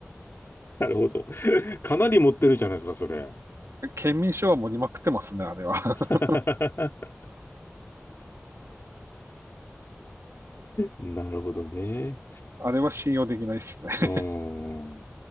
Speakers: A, on the left (about 60°); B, on the right (about 85°).
A: なるほど。<laughs> かなり持ってるじゃないですか、それ。
B: <laughs> 県民賞は盛りまくってますね、あれは。<laughs>
A: <laughs> なるほどね。
B: あれは信用できないですね。<laughs>
A: うーん。